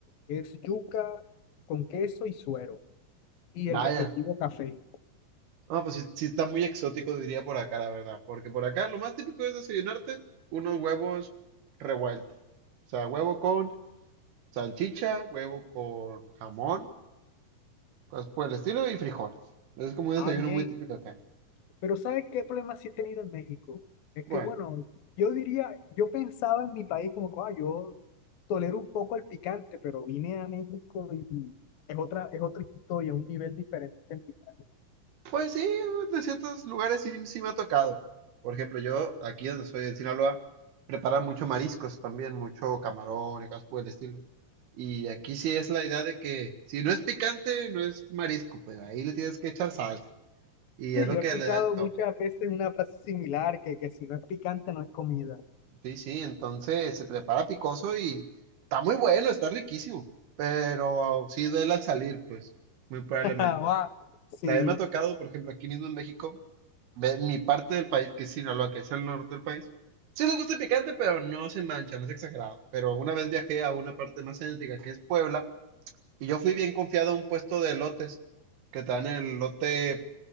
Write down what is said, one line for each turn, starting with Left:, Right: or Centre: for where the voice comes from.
Left: es yuca con queso y suero y
Right: vaya.
Left: el respectivo café.
Right: No, pues sí, sí está muy exótico, diría por acá, la verdad. Porque por acá lo más típico es desayunarte unos huevos revueltos. O sea, huevo con salchicha, huevo con jamón Cosas por el estilo y frijoles. Es como un
Left: Ah,
Right: desayuno
Left: bien.
Right: muy típico acá.
Left: Pero, ¿sabes qué problema sí he tenido en México? Es
Right: Bueno,
Left: que, bueno, yo diría, yo pensaba en mi país como, que, ah, yo tolero un poco el picante, pero vine a México y es otra, es otra historia, un nivel diferente en picante.
Right: pues sí, de ciertos lugares sí, sí me ha tocado. Por ejemplo, yo aquí donde soy en Sinaloa, preparan mucho mariscos también, mucho camarón y cosas por el estilo. Y aquí sí es la idea de que si no es picante, no es marisco, pues ahí le tienes que echar salsa. Y
Left: Sí,
Right: es lo
Left: yo he
Right: que
Left: escuchado
Right: le da el toque.
Left: muchas veces una frase similar, que, que si no es picante no es comida.
Right: Sí, sí, entonces se prepara picoso y está muy bueno, está riquísimo. Pero sí duele al salir, pues, muy probablemente.
Left: <laughs> Ah, sí,
Right: También me ha tocado, por ejemplo, aquí mismo en México, de mi parte del país, que es Sinaloa, que es el norte del país. Sí me gusta el picante, pero no se mancha, no es exagerado. Pero una vez viajé a una parte más céntrica, que es Puebla, y yo fui bien confiado a un puesto de elotes, que te dan el elote,